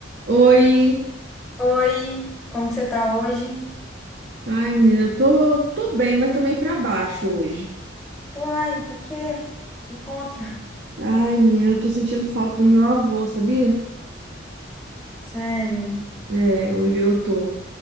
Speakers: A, on the right (about 60°); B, in the centre.
A: Oi.
B: Oi, como que você tá hoje?
A: Ai, menina, eu tô, tô bem, mas tô meio pra baixo hoje.
B: Uai, por quê? Me conta.
A: Ai, menina, eu tô sentindo falta do meu avô, sabia?
B: Sério.
A: É, hoje eu tô.